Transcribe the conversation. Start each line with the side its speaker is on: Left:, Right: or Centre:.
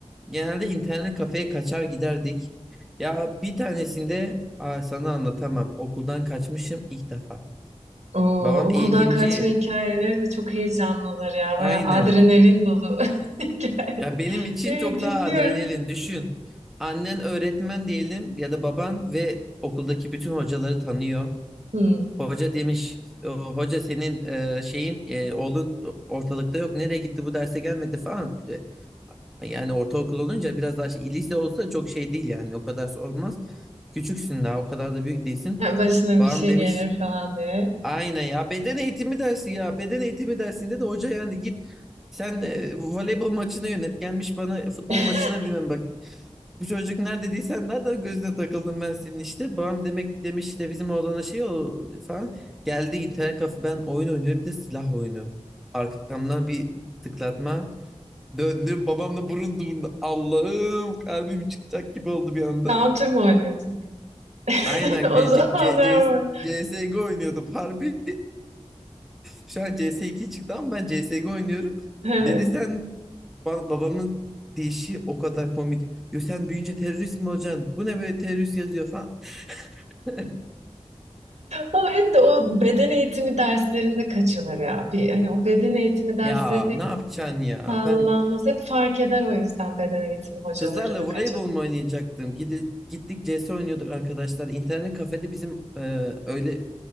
Centre: Genelde internet kafeye kaçar giderdik. Ya bir tanesinde aa, sana anlatamam. Okuldan kaçmışım ilk defa.
Right: Oo,
Centre: Babam
Right: okuldan
Centre: eğitimci.
Right: kaçma hikayeleri de çok heyecanlıdır ya. Bayağı
Centre: Aynen.
Right: adrenalin dolu <laughs> hikaye.
Centre: Ya benim için
Right: Evet
Centre: çok
Right: dinliyorum.
Centre: daha adrenalin. Düşün. Annen öğretmen diyelim ya da baban ve okuldaki bütün hocaları tanıyor.
Right: Hmm.
Centre: Hoca demiş, "O, hoca senin e, şeyin e, oğlun ortalıkta yok. Nereye gitti bu derse gelmedi falan. E, Yani ortaokul olunca biraz daha şey, lise olsa çok şey değil yani o kadar sormaz. Küçüksün daha o kadar da büyük değilsin.
Right: Yani başına
Centre: Babam
Right: bir şey
Centre: demiş
Right: gelir falan diye.
Centre: aynen ya beden eğitimi dersi ya beden eğitimi dersinde de hoca yani git sen e, voleybol maçını yönet gelmiş bana futbol
Right: <laughs>
Centre: maçına bilmem bu çocuk nerede değilsen nereden gözüne takıldım ben senin işte. Babam demek demiş de bizim oğlana şey o falan. Geldi internet kafe ben oyun oynuyorum bir de silah oyunu. Arkamdan bir tıklatma. Döndüm babamla burun burun. Allah'ım kalbim çıkacak gibi oldu bir anda.
Right: Counter mı oynuyordun? <laughs>
Centre: Aynen
Right: O
Centre: e,
Right: zamanlar
Centre: C- C- C- C
Right: ama.
Centre: S CSGO oynuyordum harbi. Şu an C S iki çıktı ama ben C S CSGO oynuyorum.
Right: Evet.
Centre: Dedi sen ba- babamın deyişi o kadar komik. Diyor sen büyüyünce terörist mi olacaksın? Bu ne böyle terörist yazıyor falan. <laughs>
Right: Ama hep de o beden eğitimi derslerinde kaçılır ya. Bir, hani o beden eğitimi dersleri
Centre: Ya
Right: pek
Centre: ne yapacaksın ya?
Right: sağlanmaz.
Centre: Ben
Right: Hep fark eder o yüzden beden eğitimi hocaları
Centre: kızlarla
Right: da kaçar.
Centre: voleybol mu oynayacaktım? Gidi, gittik CS oynuyorduk arkadaşlar. İnternet kafede bizim e, öyle e,